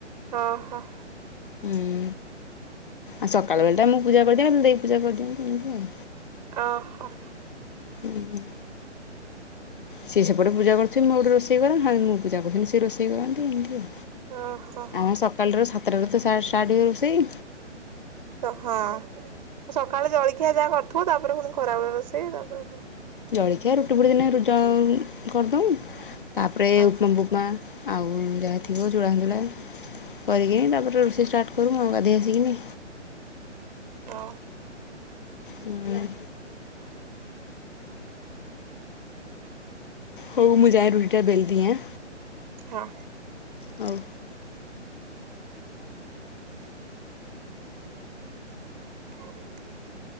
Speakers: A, on the right; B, on the left.
A: ଅଁ ହଁ।
B: ହୁଁ। ଆଉ ସକାଳବେଳଟା ମୁଁ ପୂଜା କରିଦିଏ ଦେଇ ପୂଜା କରିଦିଅନ୍ତି ଏମିତି ଆଉ।
A: ଓହୋ।
B: ହୁଁ। ସିଏ ସେପଟେ ପୂଜା କରୁଥିବେ ମୁଁ ଏପଟେ ରୋଷଇ କରେ ମୁଁ ପୂଜା କରୁଥିନେ ସେ ରୋଷଇ କରନ୍ତି ଏମିତି ଆଉ।
A: ଓହୋ।
B: ଆମର ସକାଳୁ ଟାରୁ ସାତଟା ରୁ ତ ଷ୍ଟାର୍ଟ୍ ହୁଏ ରୋଷେଇ।
A: ତ ହଁ ସକାଳେ ଜଳଖିଆ ଯାହା କରଥିବ ତାପରେ ପୁଣି ଖରାବେଳେ ରୋଷେଇ ତାପରେ ପୁଣି ରୋଷେଇ
B: ଜଳଖିଆ ରୁଟି ଫୁଟି ଦିନେ ରୁଜ କରିଦଉ ତାପରେ
A: ହଁ
B: ଉପମା ବୁପମା ଆଉ ଯାହା ଥିବ ଚୂଡ଼ା ଫୁଡ଼ା କରିକି ତାପରେ ରୋଷେଇ ଷ୍ଟାର୍ଟ କରୁ ଆଉ ଗାଧେଇ ଆସିକିନି।
A: ହଁ।
B: ହୁଁ। ହଉ ମୁଁ ଯାଏ ରୁଟିଟା ବେଲିଦିଏ ଆଁ।
A: ହଁ।
B: ହଉ।
A: ଆଉ